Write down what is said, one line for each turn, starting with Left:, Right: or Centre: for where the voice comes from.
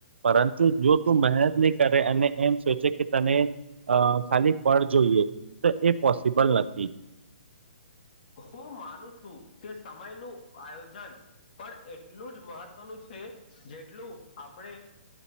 Right: પરંતુ જો તું મેહનત ની કરે અને એમ સોચે કે તને અ ખાલી ફળ જોઈએ તો એ પોસિબલ નથી
Left: હું માનું છું કે સમય નું આયોજન પણ એટલું જ મહત્વનું છે જેટલું આપડે